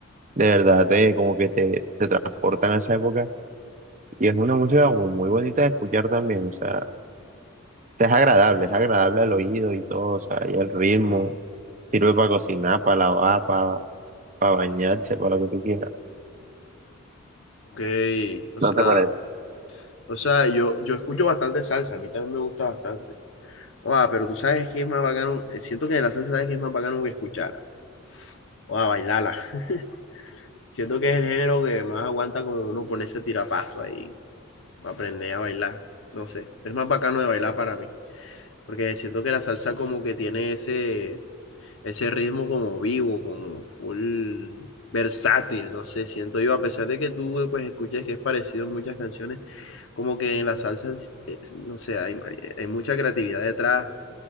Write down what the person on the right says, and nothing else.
de verdad te, como que te, te transportan a esa época Y es una música como muy bonita de escuchar también, o sea, es agradable, es agradable al oído y todo, o sea, y el ritmo sirve para cocinar, para lavar, para, para bañarse, para lo que tú quieras.
¿No
te parece?